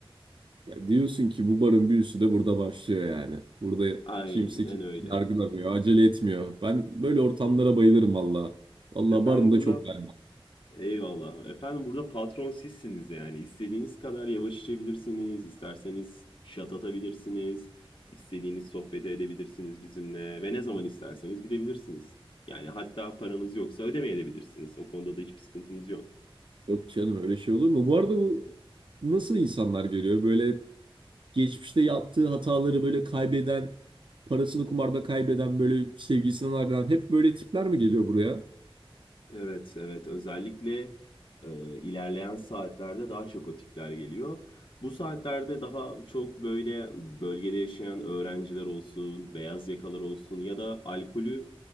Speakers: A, on the right; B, on the left.
A: Ya diyorsun ki bu barın büyüsü de burada başlıyor yani. Burada
B: Aynen
A: kimse kimseyi
B: öyle.
A: yargılamıyor, acele etmiyor. Ben böyle ortamlara bayılırım valla. Valla
B: Efendim
A: barın
B: burada
A: da çok ben.
B: Eyvallah. Efendim burada patron sizsiniz yani. İstediğiniz kadar yavaş içebilirsiniz, isterseniz şat atabilirsiniz, istediğiniz sohbeti edebilirsiniz bizimle ve ne zaman isterseniz gidebilirsiniz. Yani hatta paranız yoksa ödemeyebilirsiniz. O konuda da hiçbir sıkıntımız yok.
A: Yok canım öyle şey olur mu? Bu arada bu nasıl insanlar geliyor? Böyle geçmişte yaptığı hataları böyle kaybeden, parasını kumarda kaybeden böyle sevgisinden ayrılan hep böyle tipler mi geliyor buraya?
B: Evet, evet. Özellikle e, ilerleyen saatlerde daha çok o tipler geliyor. Bu saatlerde daha çok böyle bölgede yaşayan öğrenciler olsun, beyaz yakalar olsun ya da alkolü